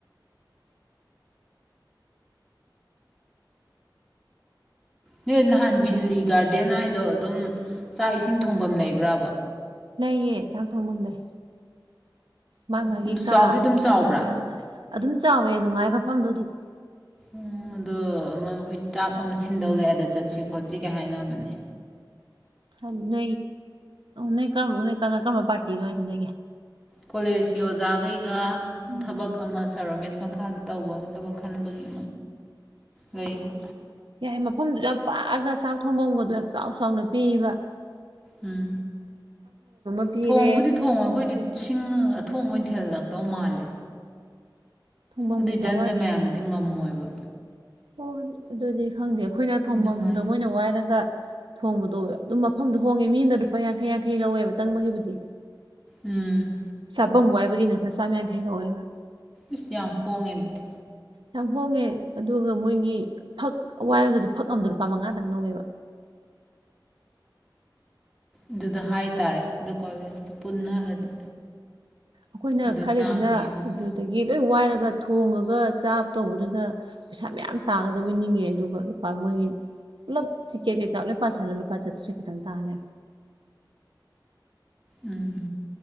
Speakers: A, in the centre; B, on the right (about 85°).
A: ꯅ ꯅꯍꯥꯟ ꯕꯤꯖꯂꯤ ꯒꯥꯔꯗꯦꯟ ꯍꯥꯏꯗꯣ ꯑꯗꯨꯝ ꯆꯥꯛ ꯏꯁꯤꯡ ꯊꯣꯡꯐꯝ ꯂꯩꯕ꯭ꯔꯕ
B: ꯂꯩꯌꯦ ꯆꯥꯛ ꯊꯣꯡꯕꯝ ꯂꯩ ꯃꯥ ꯃꯥꯒꯤ
A: ꯑꯗꯨ
B: ꯀꯥ
A: ꯆꯥꯎꯗꯤ ꯑꯗꯨꯝ ꯆꯥꯎꯕ꯭ꯔꯥ
B: ꯈꯥꯏꯔ ꯈꯥꯏꯔꯒ ꯑꯗꯨꯝ ꯆꯥꯎꯋꯦ ꯅꯨꯡꯉꯥꯏ ꯃꯐꯝꯗꯣ ꯑꯗꯨꯝ
A: ꯎ ꯑꯗꯣ ꯑꯃ ꯑꯩꯈꯣꯏ ꯆꯥꯛ ꯑꯃ ꯁꯤꯟꯗꯧꯔꯛꯑꯦꯗ ꯆꯠꯁꯤ ꯈꯣꯠꯁꯤꯒ ꯍꯥꯏꯅꯕꯅꯦ
B: <unintelligible> ꯅꯣꯏ ꯀꯃ ꯄꯥꯔꯇꯤꯅꯣ ꯅꯣꯏꯒꯤ
A: ꯀꯣꯂꯦꯖꯀꯤ ꯑꯣꯖꯈꯩ ꯁꯤꯒ
B: ꯎꯝ
A: ꯊꯕꯛ ꯑꯃ ꯁꯥꯔ ꯔꯣꯃꯦꯁ ꯃꯈꯥꯗ ꯇꯧꯕ ꯑꯃ ꯊꯕꯛ ꯈꯟꯕꯒꯤ ꯂꯩꯕ
B: ꯌꯥꯏ ꯃꯐꯝꯗꯨ ꯌꯥꯝ ꯄꯥꯛꯑꯒ ꯆꯥꯛ ꯊꯣꯡꯐꯝꯕꯗꯣ ꯌꯥꯝ ꯆꯥꯎ ꯆꯥꯎꯅ ꯄꯤꯏꯕ
A: ꯎꯝ
B: ꯄꯤꯔꯦ
A: ꯊꯣꯡꯕꯨꯗꯤ ꯊꯣꯡꯉ ꯑꯩꯈꯣꯏꯗꯤ ꯁꯤꯡꯒ ꯊꯣꯡ ꯑꯣꯏꯅ ꯊꯤꯜꯍꯜꯂꯛꯇꯧ ꯃꯥꯜꯂꯦ
B: ꯊꯣꯡꯐꯝ
A: ꯑꯗꯨꯏ
B: ꯀꯩꯀꯥ
A: ꯖꯟ ꯖ ꯃꯌꯥꯝꯗꯨꯗꯤ ꯉꯝꯃꯣꯏꯕ
B: ꯍ ꯑꯗꯨꯗꯤ ꯈꯪꯗꯦ ꯑꯩꯈꯣꯏꯅ ꯊꯣꯐꯝꯗꯣ
A: ꯑꯗꯨꯃꯥꯏꯅ
B: ꯃꯣꯏꯅ ꯋꯥꯏꯔꯒ ꯊꯣꯡꯕꯗꯣꯋꯦ ꯑꯗꯨꯝ ꯃꯐꯝꯗꯣ ꯍꯣꯡꯉꯦ ꯃꯤꯅ ꯂꯨꯄꯥ ꯌꯥꯡꯈꯩ ꯌꯥꯡꯈꯩ ꯂꯧꯋꯦꯕ ꯆꯪꯕꯒꯤꯕꯨꯗꯤ
A: ꯎꯝ
B: ꯆꯥꯐꯝ ꯋꯥꯏꯕꯒꯤꯗꯨ ꯂꯨꯄꯥ ꯆꯥꯝ ꯌꯥꯡꯈꯩ ꯂꯧꯋꯦꯕ
A: ꯏꯁꯁ ꯌꯥꯝ ꯍꯣꯡꯉꯦ ꯑꯗꯨꯗꯤ
B: ꯌꯥꯝ ꯍꯣꯡꯉꯦ ꯑꯗꯨꯒ ꯃꯣꯏꯒꯤ ꯐꯛ ꯋꯥꯏꯔꯒꯁꯨ ꯐꯛ ꯑꯗ ꯂꯨꯄꯥ ꯃꯉꯥꯗꯪ ꯂꯧꯋꯦꯕ
A: ꯑꯗꯨꯗ ꯍꯥꯏ ꯇꯔꯦ ꯑꯗ ꯀꯣꯂꯦꯖꯇꯨ ꯄꯨꯟꯅꯔꯗꯤ
B: ꯑꯩꯈꯣꯏꯅ
A: ꯑꯗ
B: ꯈꯜꯂꯤꯁꯤꯅ
A: ꯆꯥꯁꯦꯅ
B: ꯑꯗꯨꯗꯒꯤ ꯂꯣꯏ ꯋꯥꯏꯔꯒ ꯊꯣꯡꯉꯒ ꯆꯥꯕ ꯇꯧꯕꯗꯨꯗ ꯄꯩꯁꯥ ꯃꯌꯥꯝ ꯇꯥꯒꯗꯕ ꯅꯤꯡꯉꯦ ꯑꯗꯨꯒ ꯂꯨꯄꯥ ꯃꯣꯏꯒꯤ ꯄꯨꯂꯞ ꯇꯤꯛꯀꯦꯠ ꯀꯩꯀꯥ ꯂꯣꯏ ꯄꯥꯁꯤꯜꯂ ꯂꯨꯄꯥ ꯆꯥꯇ꯭ꯔꯦꯠꯁꯦ ꯈꯛꯇꯪ ꯇꯥꯅꯦꯕ
A: ꯎꯝ